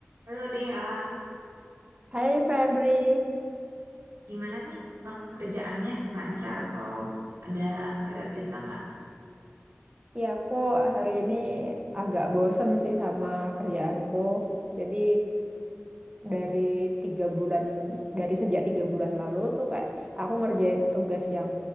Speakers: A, on the right (about 80°); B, on the right (about 25°).
A: Halo Dea,
B: Hai Febri,
A: gimana nih eh, kerjaannya? Lancar atau ada cerita-cerita nggak?
B: ya aku hari ini agak bosen sih sama kerjaanku. Jadi dari tiga bulan, dari sejak tiga bulan lalu tuh kayak aku ngerjain tugas yang